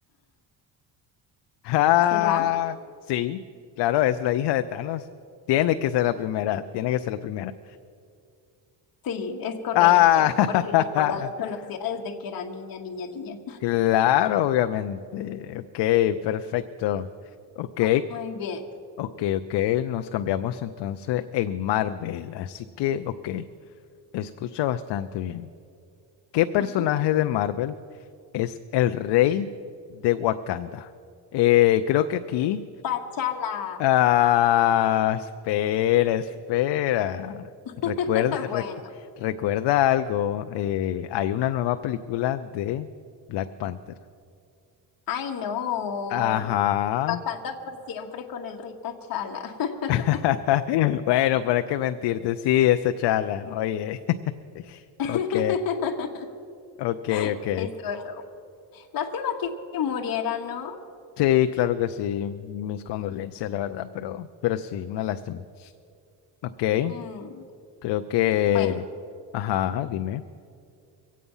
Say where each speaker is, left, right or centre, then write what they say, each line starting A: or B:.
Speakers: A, on the left; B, on the left.
A: Ah,
B: ¿Será?
A: sí, claro, es la hija de Thanos. Tiene que ser la primera, tiene que ser la primera.
B: Sí, es correcto,
A: Ah, <laughs>
B: porque Gamora lo conocía desde que era niña, niña, niña.
A: claro, obviamente. Ok, perfecto. Ok,
B: <laughs> Muy bien.
A: ok, ok, nos cambiamos entonces en Marvel. Así que, ok, escucha bastante bien. ¿Qué personaje
B: Ujú.
A: de Marvel es el rey de Wakanda? Eh, creo que aquí...
B: Tachala.
A: Ah, espera, espera.
B: <laughs>
A: Recuerda, recu-
B: Bueno.
A: recuerda algo. eh, hay una nueva película de Black Panther.
B: Ay, no.
A: Ajá.
B: Wakanda por siempre con el rey Tachala. <laughs>
A: <laughs> Bueno, para qué mentirte. Sí, esta chala. Oye. <laughs>
B: <laughs>
A: Ok, ok, ok.
B: Eso. Lástima que, que muriera, ¿no?
A: Sí, claro que sí. Mis condolencias, la verdad, pero, pero sí, una lástima. Ok,
B: Mm,
A: creo que.
B: Bueno,
A: Ajá, dime.